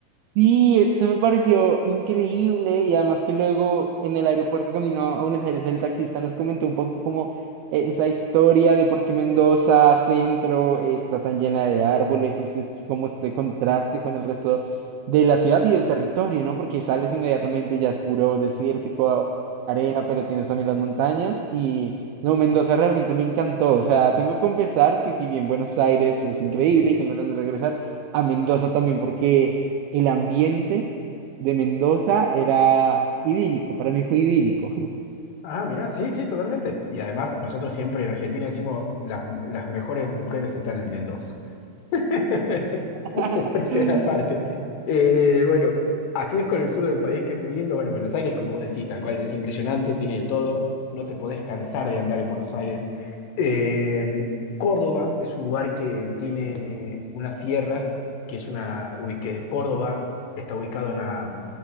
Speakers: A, on the right; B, on the left.
A: Sí, e, se me pareció increíble y además que luego en el aeropuerto camino a Buenos Aires el taxista nos comentó un poco como eh, esa historia de por qué Mendoza Centro eh, está tan llena de árboles y este es como este contraste con el resto de la ciudad y del territorio, ¿no? Porque sales inmediatamente ya es puro desértico, arena, pero tienes también las montañas y no, Mendoza realmente me encantó, o sea, tengo que confesar que si bien Buenos Aires es increíble y tengo ganas de regresar a Mendoza también porque el ambiente de Mendoza era idílico, para mí fue idílico.
B: Ah, mirá, sí, sí, totalmente. Y además, nosotros siempre en Argentina decimos, las, las mejores mujeres están en Mendoza. <laughs>
A: <laughs>
B: <laughs> Expresión aparte. Eh, bueno, así es con el sur del país, que es muy lindo. Bueno, Buenos Aires, como vos decís, tal cual, es impresionante, tiene de todo. No te podés cansar de andar en Buenos Aires. Eh, Córdoba es un lugar que tiene eh, unas sierras, que es una, uy, que Córdoba está ubicado en la